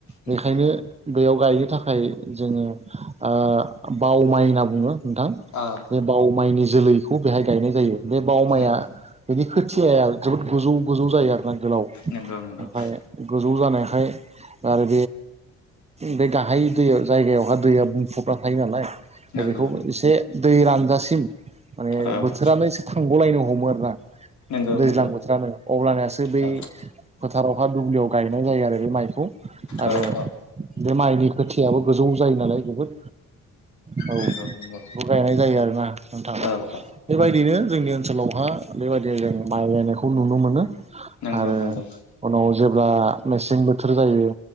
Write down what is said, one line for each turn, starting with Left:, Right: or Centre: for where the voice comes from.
Left: नंगौ
Right: बेखायनो
Left: नंगौ
Right: बेयाव गायनो थाखाय जोङो ओ बाव माइ होनना बुङो नोंथां
Left: औ
Right: बे बावा माइनि जोलैखौ बेहाय गायनाय जायो बे बावा माइआ
Left: नंगौ
Right: बेनि खोथियाया जोबोद गोजौ गोजौ जायो आरो ना गोलाव
Left: नंगौ नंगौ
Right: ओमफ्राय ज' जानायखाय आरो बे गाहाय दै जायगायावहाय दैया बुंफबना थायो नालाय
Left: नंगौ
Right: बेखौ
Left: नंगौ
Right: एसे दै रानजासिम माने
Left: औ
Right: बोथोरानो एसे थांग'लायनो हमो आरोना
Left: नंगौ
Right: दैज्लां
Left: नंगौ
Right: बोथोरानो अब्लनियासो बै
Left: औ
Right: फोथारावहा दुब्लियाव गायनाय जायो आरो बे माइखौ आरो
Left: औ औ
Right: बे माइनि खोथियाबो गोजौ जायो नालाय जोबोद औ
Left: नंगौ
Right: बेखौ
Left: नंगौ
Right: गायनाय जायो आरोना नोंथां
Left: औ औ
Right: बेबायदिनो जोंनि ओनसोलावहा बेबायदिनो जों माइ गायनायखौ नुनो मोनो
Left: नंगौ
Right: आरो
Left: नंगौ
Right: उनाव जेब्ला मेसें बोथोर जायो